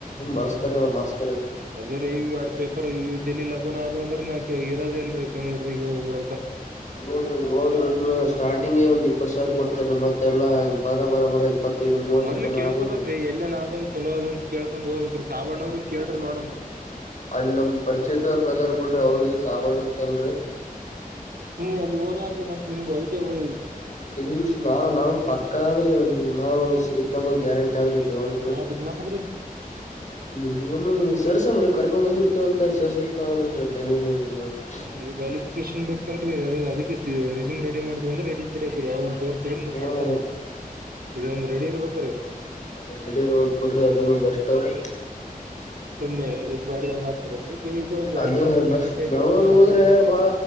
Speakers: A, on the left; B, on the right.
A: ಬರೆಸ್ತಾರೆ ಅವ ಮಾಸ್
B: ಅದ ರೀ ಇಡ್ ಪೇಪರ್ ಇ ಜಲಿ ಲಗನ್ ಅದು ಅಂದ್ರೆಕೆ <unintelligible> ಇರೋದ ಅಲ್ರಿ ಬೆಂಗಗಳೂರಿಗೆಗ ಹೋಗಬಡ
A: ನೋಡ್ರಿ ಅಲ್ಲ್ ಹೋದ್ರೆನೇ ಸ್ಟಾರ್ಟಿಂಗೇ
B: ಹ್ಮ್
A: ಒಂದ್ ಇಪ್ಪತ್ತ್ ಸಾವಿರ ಕೊಡ್ತಾರೀ ಮತ್ತೆಲ್ಲ ಹಿಂಗ್ ಬರ ಬರ ಬರ ಇಪ್ಪತ್ತೈದು ಮೂವತ್ತರ
B: ಮೊದ್ಲಿಗ್
A: ತನ
B: ಕೇಳ್ಕೋಬೇಕ್ರೀ
A: ಆಗ್ಬೋದ್ರಿ
B: ಎಲ್ಲೇನಾದನ್ ಚಲೋದಂತ ಕೇಳ್ ಕೊಂಡ್ ಹೋಗ್ಬೇಕ್ರಿ ಸಾಬಣ್ಣವ್ರಿಗ್ ಕೇಳ್ರಿ ನೋಡಮ್.
A: ಅಲ್ ನಮ್ ಪರಿಚಯದವ್ರ್ ಅದಾರ್ ಬಿಡ್ರಿ ಅವ್ರಿಗೆ ಸಾವಣ ಅಂತಲ್ರಿ.
B: ಹ್ಮ ಅಲ್ಲಿ ಓಲಾಡ್ದ <unintelligible> ಮತ್ತತ್ ನಿಮ್ಗೆ ಐಟ ಹ
A: ಇಲ್ರಿ ನಾವ್ ನಾವ್ ಪಕ್ಕ ಆದ್ರೆ ನಾವು ಸಿಗುತ್ತಂಬದ್ ಗ್ಯಾರಂಟ್ <unintelligible> ಇಲ್ಲಿ ಹದ್ರ
B: ಆದ್ರ
A: <unintelligible>
B: ನಮಗ್ರಿ
A: ನಿಮಗ ಸೇರ್ಸ್ರ ಕರ್ಕೊಂಡ್ ಹೋಗಿರ್ ಅಂತ ಸೋರಿಸಸದಕ್ಕ ಆಗಲ್ಲ ಉಂಟನು <unintelligible>
B: ಏನ್ರೀ ವ್ಯಾಲಿಫಿಕೇಶನ್ ಬೇಕಲ್ರಿ ಅದ್ ಅದಕ್ಕೆ ರಿಸ್ಯೂಮ್ ರೆಡಿ ಮಾಡಿದ್ದಿವಂದ್ರ ರೆಡಿ ಇದ್ರೆ <unintelligible> ಕೋರ್ಸಿಗೆ ನಿಮ್ಗ್
A: ಹಾ
B: ಕೊಡ್ತಾರೀ ಇದೊಂದ್ ರೆಡಿ ಇರ್ಬೇಕು ರೀ.
A: ಎಲ್ಲಾ ರೆಡಿ ಇರ್ಬೇಕು ಬಿಡ್ರಿ ಅದನು ಬೆಸ್ಟ್ ಅಂದ್ರೆ.
B: ಸುಮ್ಮ್ನೆ ಇ ಬಡ್ದ ಮಾತ್ ಅದಕ್ಕೆ ಇದೊಂದು
A: ಅದೇ
B: ಐಟಿಯ ಒ ಕಂಪ್ಲೀಟ್
A: ಬಸ್
B: ಆಯತು
A: ಬೆಂಗಳೂರ್
B: ನಡತ್ಿ
A: ಹೋದ್ರೆ ಬಾಳ